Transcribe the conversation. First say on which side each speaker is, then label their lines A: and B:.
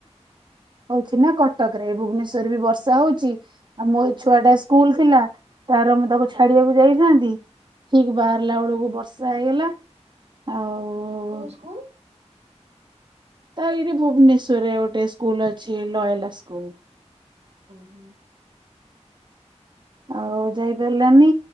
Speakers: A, on the right; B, on the right.
A: ହଉଛି ନା କଟକରେ ଭୁବନେଶ୍ଵର ବି ବ ଶା ହଉଛି ଆଉ ମୋ ଏ ଛୁଆ ଟା ସ୍କୁଲ ଥିଲା ତାର ମୁଁ ତାକୁ ଛାଡିବାକୁ ଯାଇଥାନ୍ତି। ଠିକ ବାହାରିଲା ବେଳକୁ ବର୍ଷା ହେଇଗଲା। ଆଉ
B: କୋଉ ସ୍କୁଲ?
A: ତା ଏଇଠି ଭୁବନେଶ୍ୱରରେ ଗୋଟେ ସ୍କୁଲ ଅଛି ନୟନା ସ୍କୁଲ।
B: ହୁଁ ହୁଁ
A: ଆଉ ଯାଇପାରିଲାନି